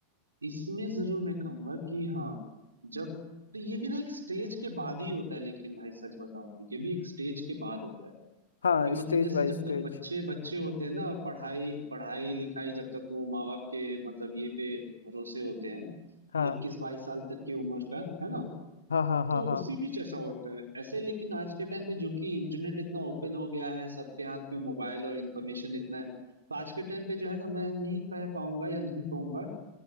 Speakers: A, on the right; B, on the left.
A: इसमें जरूर मैं कहूंगा कि हाँ जब तो ये भी ना एक स्टेज के बाद ही होता है लेकिन भाई सच बताऊं तो ये भी एक स्टेज के बाद होता है
B: हाँ
A: कि मतलब
B: स्टेज
A: जैसे
B: बाय
A: जब
B: स्टेज
A: तक बच्चे बच्चे होते हैं ना पढ़ाई पढ़ाई लिखाई जब तक वो माँ बाप के मतलब ये पे भरोसे होते हैं
B: हाँ
A: इक्कीस बाईस साल तक की उम्र का है ना
B: हाँ हाँ हाँ
A: तो
B: हाँ
A: उसी बीच ऐसा होता है ऐसे लेकिन आज के टाइम पे जो कि इंटरनेट इतना ओपन हो गया है सबके हाथ में मोबाइल और इन्फॉर्मेशन इतना है तो आज के टाइम पे जो है ना मैं नहीं कह पाऊंगा या नहीं कहूंगा